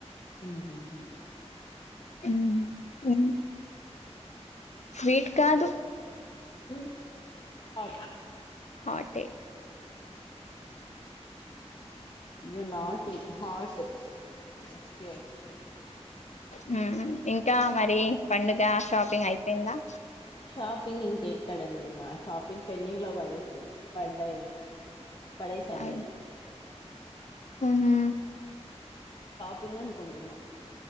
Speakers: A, on the left; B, on the left.
A: హ్మ్ హు
B: హ్మ్ హ్మ్ స్వీట్ కాదు
A: ఏయ్ ఔటా
B: హటే
A: యు నాటి హాట్ స ఓకే ఓకే
B: హ్మ్ హు ఇంకా మరి పండుగ షాపింగ్ అయిపోయిందా
A: షాపింగ్ ఇంకెక్కడండి మా షాపింగ్ పెండింగ్ లో పడేసింది పడ్డా పడేసాను
B: హ్మ్
A: నేనే
B: హు
A: <unintelligible> కొంటున్న